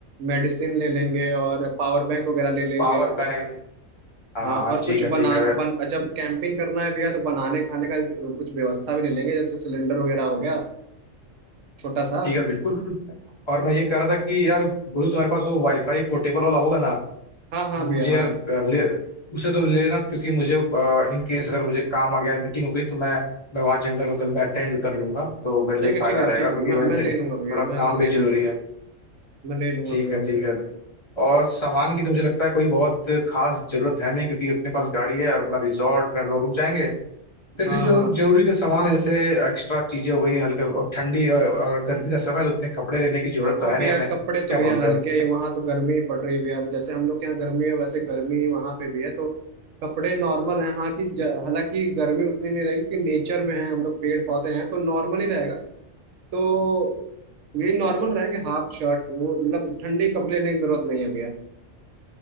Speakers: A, on the right; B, on the left.
A: मेडिसिन ले लेंगे और पावर बैंक वगैरह ले लेंगे
B: पावर बैंक हाँ
A: हाँ
B: हाँ
A: और
B: ठीक
A: कुछ
B: है
A: बना
B: ठीक है
A: बन जब कैंपिंग करना है भैया तो बनाने खाने का कुछ व्यवस्था भी ले लेंगे जैसे सिलेंडर वगैरह हो गया छोटा सा
B: ठीक है बिल्कुल और मैं ये कह रहा था कि यार गुरु तुम्हारे पास वो वाईफाई पोर्टेबल वाला होगा ना
A: हाँ हाँ
B: मुझे
A: भैया
B: यार
A: हाँ
B: अ, ले उसे तुम लेना क्योंकि मुझे इन केस अगर मुझे काम आ गया मीटिंग हो गई तो मैं मैं वहाँ जंगल वंगल में अटेंड भी कर लूंगा तो मेरे लिए
A: ठीक है
B: फायदा
A: ठीक है
B: रहेगा
A: ठीक है
B: क्योंकि
A: मैं
B: भाई
A: मैं
B: मेरे
A: ले लूंगा
B: थोड़ा
A: भैया मैं
B: काम
A: उसे
B: भी
A: ले
B: जरूरी
A: लूंगा
B: है
A: मैं ले लूंगा
B: ठीक
A: भैया
B: है
A: उसे
B: ठीक है और सामान की तो मुझे लगता है कोई बहुत खास जरूरत है नहीं क्योंकि अपने पास गाड़ी है और अपना रिजॉर्ट में हम लोग रुक जाएंगे फिर
A: हाँ
B: भी जो
A: हाँ
B: जरूरी के सामान है जैसे एक्स्ट्रा चीजें हो गई हैं हल्का और ठंडी और और गर्मी का समय है, तो उतने कपड़े लेने की जरूरत तो
A: हाँ
B: है
A: भैया
B: नहीं हमें
A: कपड़े
B: क्या
A: तो भैया
B: बोलते
A: हल्के
B: हो
A: ही वहाँ तो गर्मी ही पड़ रही है भैया अब जैसे हम लोग के यहाँ गर्मी है वैसे गर्मी वहाँ पे भी है तो कपड़े नॉर्मल हैं हाँ कि ज- हालांकि गर्मी उतनी नहीं रहेगी कि नेचर में है हम लोग पेड़ पौधे हैं तो नॉर्मल ही रहेगा तो ये नॉर्मल रहेंगे हाफ शर्ट वो मतलब ठंडे कपड़े लेने की जरूरत नहीं है भैया